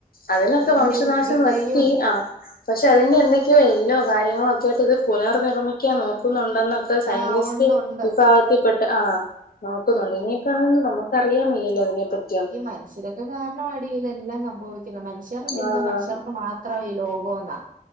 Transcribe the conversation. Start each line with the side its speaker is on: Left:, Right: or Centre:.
Left: അതിനൊക്കെ
Right: വല്യ
Left: വംശനാശം
Right: തുമ്പിക്കൈയും
Left: വറ്റി ആഹ് പക്ഷെ അതിന്നീ എന്തക്കെയോ ഇന്നോ കാര്യങ്ങളൊക്കെയായിട്ട് ഇത് പുനർ നിർമ്മിക്കാൻ നോക്കുന്നുണ്ടെന്ന് ഇപ്പ സൈന്റിസ്റ്റ്
Right: ആഹ് ഉണ്ട് ഉണ്ട്
Left: വിഭാക്കത്തിൽ പെട്ട് ആഹ് നോക്കുന്നുണ്ട് ഇനിയിപ്പം അതൊണ്ട് നമുക്ക് അറിയാൻ വയ്യല്ലോ ഇതിനെ പറ്റി
Right: ഇ മന്ഷ്യരൊക്കെ കാരണമാടീ ഇതെല്ലാം സംഭവിക്കുന്ന മനുഷ്യറെചിന്ത
Left: ആ
Right: മനുഷ്യർക്ക് മാത് ത്രവേ ലോകോനാ